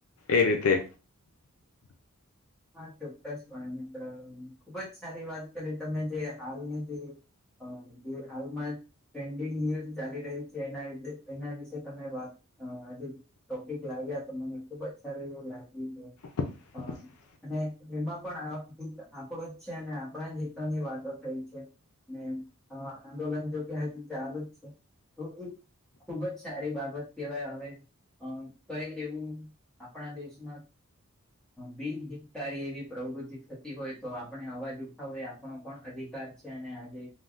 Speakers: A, on the left; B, in the centre.
A: એ રીતે
B: હા ચોક્કસપણે મિત્ર ખુબ જ સારી વાત કરી તમે જે હાલની જે હ જે હાલમાં ટ્રેન્ડિંગ ન્યુઝ ચાલી રહ્યું છે એના એના વિશે તમે વાત હજ ટોપિક લાવ્યા તો મને ખુબ જ સારું એવું લાગ્યું કે
A: <inaudible>
B: અ અને એમાં પણ આ હિત આપણો જ છે અને આપણા જ હિતોની વાતો થઈ છે. અને આંદોલન જોગે હજુ ચાલુ જ છે તો એક ખુબ જ સારી બાબત કહેવાય હવે અ કહે એવું આપણા દેશના બિનહિત ારી એવી પ્રવૃતિ થતી હોય તો આપણે અવાજ ઉઠાવો એ આપણો પણ અધિકાર છે અને આજે